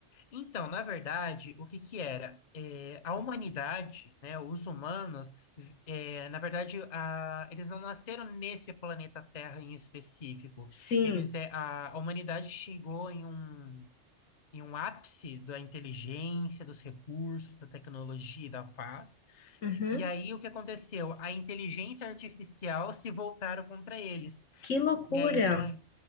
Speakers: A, on the left; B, on the left.
A: Então, na verdade, o que que era? É, a humanidade, né, os humanos, vi- é, na verdade, a- eles não nasceram nesse planeta Terra em específico.
B: Sim.
A: Eles, é, a, a humanidade chegou em um, em um ápice da inteligência, dos recursos, da tecnologia e da paz.
B: Uhum.
A: E aí, o que aconteceu? A inteligência artificial se voltaram contra eles.
B: Que loucura.
A: E aí, então, aí